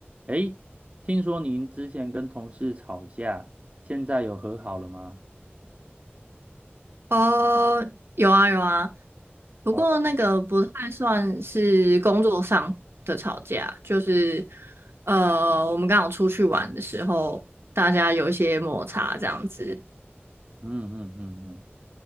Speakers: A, on the right; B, on the right.
A: 诶，听说您之前跟同事吵架，现在有和好了吗？
B: 哦，有啊有啊，不过那个不太算是工作上的吵架，
A: 哦，
B: 就是呃，我们刚好出去玩的时候，大家有一些摩擦这样子。
A: 嗯嗯嗯嗯，